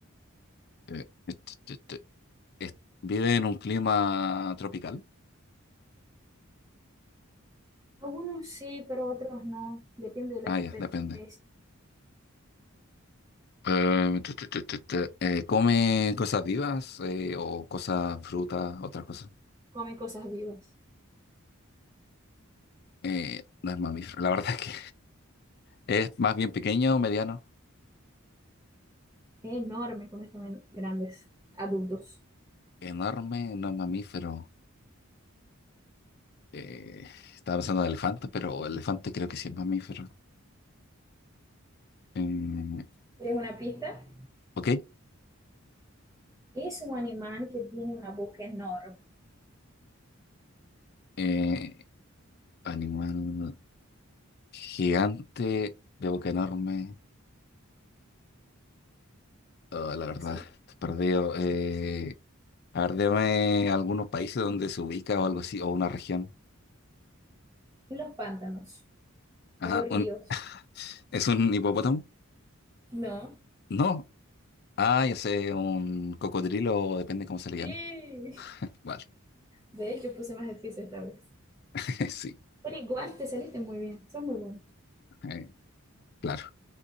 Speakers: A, on the left (about 45°); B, on the right (about 15°).
A: Eh, et- et- et- es- ¿vive en un clima tropical?
B: Algunos sí, pero otros no. Depende de la
A: Ah,
B: especie.
A: ya, depende. Eh, tu, tu, tu, tu, tu. Eh, ¿come cosas vivas eh, o cosas, frutas, otras cosas?
B: Comen cosas vivas.
A: Eh, no es mamífero, la verdad es que es más bien pequeño, mediano,
B: Es enorme cuando están grandes, adultos.
A: enorme, no es mamífero. Eh, estaba pensando en elefante, pero el elefante creo que sí es mamífero. Eh,
B: ¿Quieres una pista?
A: ok,
B: Es un animal que tiene una boca enorme.
A: eh, animal gigante, de boca enorme. Oh, la verdad,
B: Sí.
A: estoy perdido. Eh, a ver, dame algunos países donde se ubica o algo así, o una región.
B: Los pantanos
A: Ajá,
B: o ríos.
A: un- ¿es un hipopótamo?
B: No.
A: No. Ah, ya sé, un cocodrilo, depende cómo se le
B: Sí.
A: llame. Vale,
B: De hecho, puse más difícil esta vez.
A: <laughs> sí.
B: Pero igual te saliste muy bien. Sos muy bueno.
A: Eh, Claro.